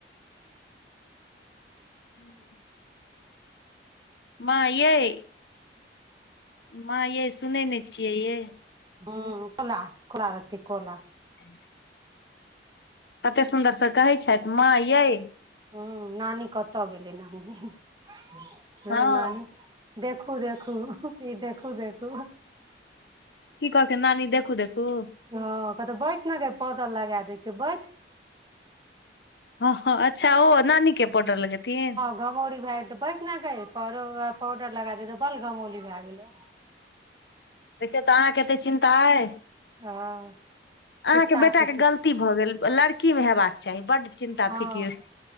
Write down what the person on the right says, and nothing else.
हँ कोला कोला रहतै कोला
हुँ नानी कतऽ गेलै नानी हुँ
नानी देखू देखू ई देखू देखू
हँ कहतौ बैठ न गै पौडर लगा दै छियौ बैठ
गमौरी भए गेल तऽ बैस न गै पा पाउडर लगा दे तऽ बल गमौली भए गेलौ।
हँ फित्ता
छै फित्ता
हँ